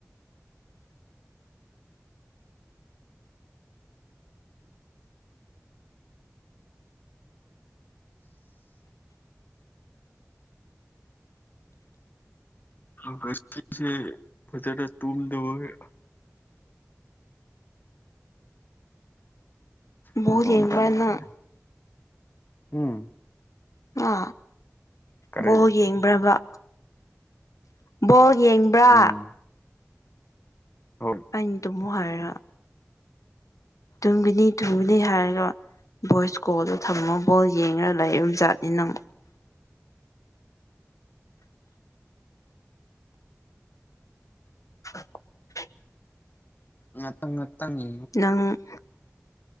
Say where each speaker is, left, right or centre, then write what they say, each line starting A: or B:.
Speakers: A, on the left; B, on the left.
A: <unintelligible> ꯐꯖꯅ ꯇꯨꯝꯗꯕꯒꯤ
B: ꯕꯣꯜ
A: ꯑꯣꯟꯊꯣꯛꯅ
B: ꯌꯦꯡꯕ꯭ꯔꯥ
A: ꯇꯟꯈ꯭ꯔꯦꯅ
B: ꯅꯪ
A: ꯎꯝ
B: ꯍꯥ
A: ꯀꯔꯤ
B: ꯕꯣꯜ ꯌꯦꯡꯕ꯭ꯔꯕ ꯕꯣꯜ ꯌꯦꯡꯕ꯭ꯔꯥ
A: ꯎꯝ <unintelligible>
B: ꯑꯩꯅ ꯇꯨꯝꯃꯨ ꯍꯥꯏꯔ ꯇꯨꯝꯒꯅꯤ ꯇꯨꯝꯒꯅꯤ ꯍꯥꯏꯔꯔꯣꯏ ꯚꯣꯏꯁ ꯀꯣꯜꯗꯨ ꯊꯝꯃ ꯕꯣꯜ ꯌꯦꯡꯔꯒ ꯂꯩꯕ ꯖꯥꯠꯅꯤ ꯅꯪ <inaudible>
A: ꯉꯥꯛꯇꯪ ꯉꯠꯇꯅꯤ
B: ꯅꯪ